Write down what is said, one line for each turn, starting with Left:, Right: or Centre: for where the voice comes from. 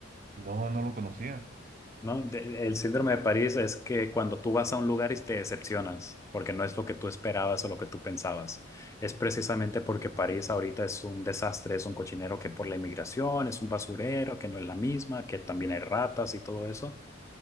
Right: No, no lo conocía.
Left: No, De- el síndrome de París es que cuando tú vas a un lugar y te decepcionas, porque no es lo que tú esperabas o lo que tú pensabas. Es precisamente porque París ahorita es un desastre, es un cochinero que por la inmigración es un basurero, que no es la misma, que también hay ratas y todo eso.